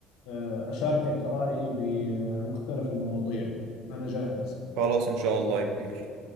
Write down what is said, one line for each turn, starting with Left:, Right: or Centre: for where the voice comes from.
Left: آه، أشاركك آرائي بمختلف المواضيع أنا جاهز
Right: خلاص ان شاء الله يا كبير